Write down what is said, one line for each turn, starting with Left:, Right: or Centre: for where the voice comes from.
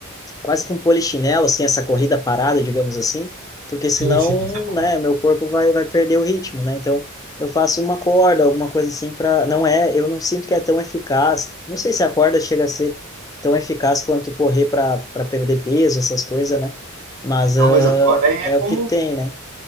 Left: quase que um polichinelo, assim, essa corrida parada, digamos assim, porque senão,
Right: Sim, sim, isso é bom.
Left: né, meu corpo vai, vai perder o ritmo, né? Então, eu faço uma corda, alguma coisa assim para, não é, eu não sinto que é tão eficaz. Não sei se a corda chega a ser tão eficaz quanto correr para para perder peso, essas coisas, né? Mas
Right: Não,
Left: ah,
Right: mas a corda é
Left: é o
Right: bom.
Left: que tem, né?